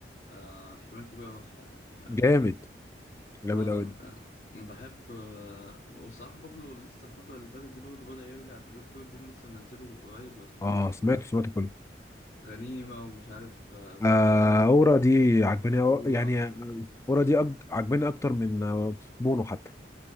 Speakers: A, on the left; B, on the left.
A: آه احتمال كبير أروحها يعني آه،
B: جامد جامد
A: اه
B: أوي
A: أنا بحب آه، وصراحة بابلو لسه الفترة اللي فاتت دي برضه بدأ يرجع في ال- في ألبوم لسه منزله قريب لو سمعته
B: اه سمعته سمعته كله
A: غنيمة ومش عارف آه، أغنية
B: آه
A: غنيمة
B: أورا دي عجباني أو...
A: أورا
B: يعني آه، أورا دي أج... عجباني أكتر من آه، بونو حتى